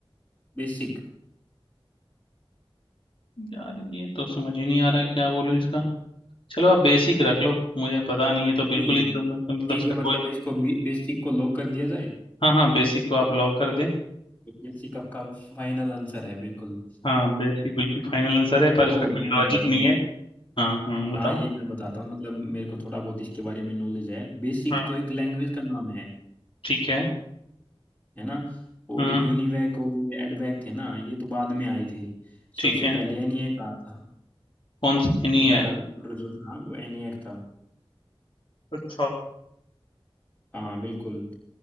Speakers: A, on the left; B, on the left.
A: बेसिक
B: यार ये तो समझ ही नहीं आ रहा है, क्या बोलूं इसका चलो आप बेसिक रख लो मुझे पता नहीं है तो बिल्कुल
A: नहीं
B: ही तो मतलब मतलब
A: ठीक
B: इसका
A: है मतलब
B: कोई
A: इसको बेसिक को लॉक कर दिया जाए
B: हाँ हाँ बेसिक को आप लॉक कर दें
A: बेसिक आपका फाइनल आंसर है बिल्कुल
B: हाँ बेसिक बिल्कुल फाइनल आंसर है पर
A: देखो
B: उसका कोई
A: मैं
B: लॉजिक
A: बताता
B: नहीं
A: हूँ
B: है हाँ हाँ बताओ
A: हाँ ये मैं बताता हूँ मतलब मेरे को थोड़ा बहुत इसके बारे में नॉलेज है बेसिक
B: हाँ
A: तो एक लैंग्वेज का नाम है
B: ठीक है
A: है ना और
B: हम्म
A: यूनिवेक और ये एडवेक थे ना ये तो बाद में आए थे
B: ठीक
A: सबसे
B: है
A: पहले एनिएक आया था
B: कौन सा नहीं
A: तो
B: है
A: पहला कंप्यूटर जो था वो एनिएक था
B: अच्छा
A: हाँ बिल्कुल